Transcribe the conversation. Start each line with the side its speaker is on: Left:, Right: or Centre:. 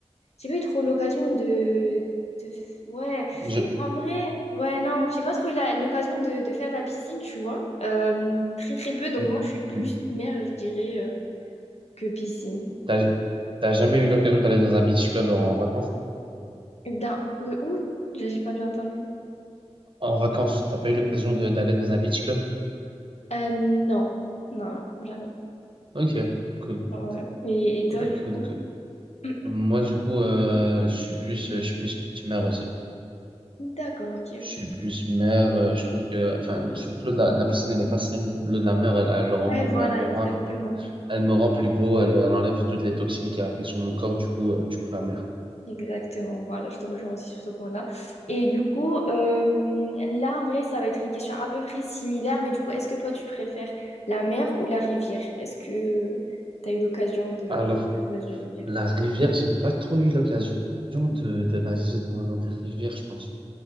Left: j'ai pas eu trop l'occasion de... de. Ouais,
Right: Je...
Left: en vrai, ouais, non, j'ai pas trop eu la- l'occasion de... de faire de la piscine, tu vois. Euh, très, très peu. Donc,
Right: Mm,
Left: moi, je suis plus
Right: mm.
Left: mer, je dirais, euh, que piscine.
Right: T'as, t'as jamais eu l'occasion d'aller dans un beach club en, en vacances?
Left: D'un. euh, où? J'ai j'ai pas bien entendu.
Right: En vacances, t'as pas eu l'occasion de- d'aller dans un beach club?
Left: Euh, non, non, non, jamais.
Right: Ok, cool,
Left: Ouais, ouais. Et, et toi,
Right: cool,
Left: du
Right: cool,
Left: coup?
Right: cool.
Left: <clears throat>
Right: Moi, du coup, euh, je suis plus, je suis plus mère aussi.
Left: D'accord, ok,
Right: Je
Left: ok.
Right: suis plus mère. euh, je trouve que, enfin, je trouve que l'eau de la, de la piscine, elle est pas saine. L'eau de la mer, elle, elle le rend
Left: Ouais,
Right: mon-
Left: voilà,
Right: elle me
Left: exactement.
Right: rend un peu plus, elle me rend plus beau. Elle, elle enlève toutes les toxines qu'il y a, qu'il y a sur mon corps. Du coup, euh, du coup, la mer.
Left: Exactement, voilà, je te rejoins aussi sur ce point-là. Et du coup, euh, là, en vrai, ça va être une question à peu près similaire, mais du coup, est-ce que toi, tu préfères la mer ou la rivière? Est-ce que tu as eu l'occasion de
Right: Alors,
Left: de passer dans une rivière?
Right: la rivière, j'ai pas trop eu l'occasion de, de nager dans, dans des rivières, je pense.